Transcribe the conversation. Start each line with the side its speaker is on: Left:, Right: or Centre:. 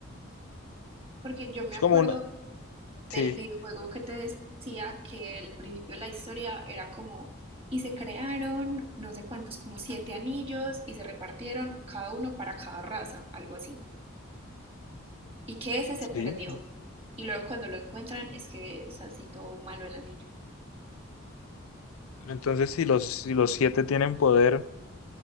Right: Porque yo me
Left: Es
Right: acuerdo
Left: como una,
Right: del
Left: sí,
Right: videojuego que te decía que el principio de la historia era como, y se crearon no sé cuántos, como siete anillos y se repartieron cada uno para cada raza, algo así. Y que ese se
Left: sí.
Right: perdió. Y luego cuando lo encuentran es que es así todo malo el anillo.
Left: Pero entonces si los, si los siete tienen poder.